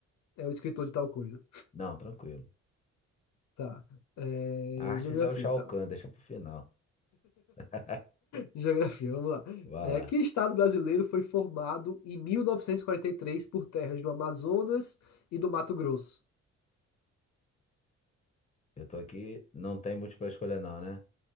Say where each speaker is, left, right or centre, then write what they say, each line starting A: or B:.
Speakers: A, on the left (about 70°); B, on the left (about 25°).
A: é o escritor de tal coisa.
B: Não, tranquilo.
A: Tá. É,
B: Artes
A: geografia,
B: é o Shao
A: então.
B: Kahn, deixa pro final. <laughs>
A: Geografia, vamos lá.
B: Vai
A: É,
B: lá.
A: que estado brasileiro foi formado em 1943 por terras do Amazonas e do Mato Grosso?
B: Eu tô aqui, não tem múltipla escolha não, né?